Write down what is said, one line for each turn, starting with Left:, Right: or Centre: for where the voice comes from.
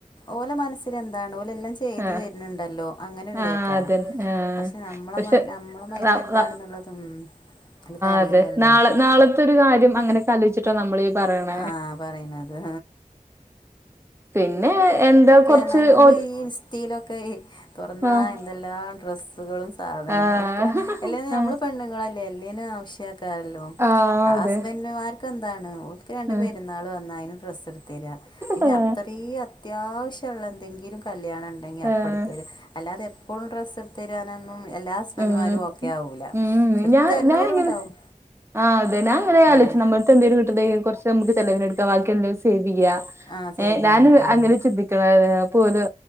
Left: ഓലെ മനസ്സിൽ എന്താണ് ഓലെല്ലാം ചെയ്തു
Right: ആഹ്
Left: തരുണ്ണ്ടല്ലോ അങ്ങനെ ഒരുതേക്കാരം
Right: ആഹ് അതന്നെ ആഹ്
Left: പക്ഷെ നമ്മളെ
Right: പക്ഷെ
Left: മ നമ്മളെ മൈന്റ്
Right: ആഹ്
Left: എന്താണെന്നുള്ളത് ഉം ക്ക് അറിയില്ലല്ലോ
Right: അതെ നാളെ നാളത്തെ ഒരു കാര്യംങ്ങനെകാലൊയിച്ച നമ്മളീ പറയണ
Left: ആഹ് പറയുന്നത്
Right: പിന്നെ എന്താ
Left: ക്കെറഞ്ഞാല്
Right: കൊറച്ച്
Left: നമ്മൾ
Right: ഓ
Left: ഈ ഇസ്റ്റയിലൊക്കെ തുറന്നാ
Right: ആഹ്
Left: എന്തെല്ലാ ഡ്രസ്സുകളും സാധനങ്ങള്
Right: ആഹ്
Left: ഒക്കെ എല്ലും നമ്മള്
Right: ആഹ്
Left: പെണ്ണുങ്ങളല്ലേ എല്ലേനും ആവശ്യ ക്കാല്ലോ
Right: ആഹ്
Left: ഹസ്ബൻഡുമർക്ക്
Right: അതെ
Left: എന്താണ് രണ്ട്
Right: ആഹ്
Left: പെരുന്നാൾ വന്നാ അയിന് ഡ്രസ്സ്ടുത്ത് തരാ പിന്നെ
Right: ആഹ്
Left: അത്രേ അ അത്യാവശ്യള്ള എന്തെങ്കിലും കല്ല്യാണം ഉണ്ടെങ്കി അപ്പം
Right: ആഹ്
Left: എടുത്തു തരും അല്ലാതെ എപ്പളും ഡ്രസ്സ്‌ തരാനൊന്നും എല്ലാ ഹസ്ബൻഡുമാരും
Right: ഉം
Left: ഓക്കെ ആവൂല
Right: ഉം
Left: എടുത്ത്
Right: ഞാൻ
Left: തരുന്നോരും
Right: ഞാന് ഇങ്ങനെ
Left: ഉണ്ടാവും
Right: ആ അതെ ഞാൻ എങ്ങനെ ആലോച്ചും
Left: ഉം
Right: നമ്മൾ എന്തേും കിട്ടെ കുറച് നമക്ക് ചിലവിനടുക്ക വാക്കി എല്ലാ സേവെയ്യ
Left: ആഹ് സേവിങ്ങ്
Right: ഏഹ് ഞാന്
Left: ഉം
Right: അങ്ങനെ ചിന്തിക്കണ അപ്പൊ ഓല്